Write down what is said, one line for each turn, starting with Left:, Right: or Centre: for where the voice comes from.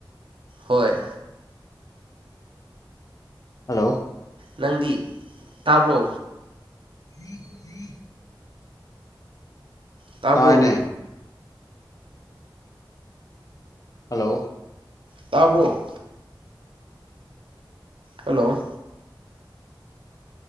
Right: ꯍꯣꯏ
Left: ꯍꯜꯂꯣ
Right: ꯅꯪꯗꯤ ꯇꯥꯕ꯭ꯔꯣ?
Left: <inaudible>
Right: ꯇꯥꯕ꯭ꯔꯣ?
Left: ꯇꯥꯏꯅꯦ ꯍꯜꯂꯣ
Right: ꯇꯥꯕ꯭ꯔꯣ? ꯍꯜꯂꯣ!